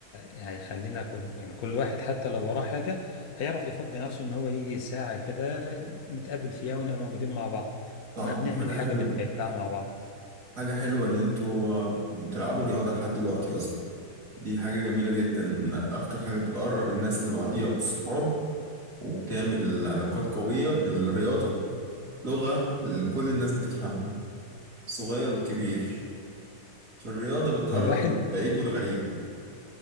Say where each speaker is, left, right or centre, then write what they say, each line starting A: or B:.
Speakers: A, on the left; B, on the right.
A: هيخلينا كل يعني كل واحد حتى لو وراه حاجة هيعرف يفضي نفسه ان هو يجي ساعة كده نتقابل فيها ونبقى موجودين مع بعض
B: صح
A: ونبقى بنعمل
B: دي حاجة
A: حاجة
B: حلوة
A: بنحبها مع بعض
B: حاجة حلوة إن أنتوا آه، بتلعبوا رياضة لحد دلوقتي أصلا دي حاجة جميلة جدا أكتر حاجة بتقرب الناس لبعضيها والصحاب وبتعمل علاقات قوية الرياضة لغة كل الناس بتفهمها الصغير والكبير فالرياضة بتقرب
A: والواحد
B: بعيد والغريب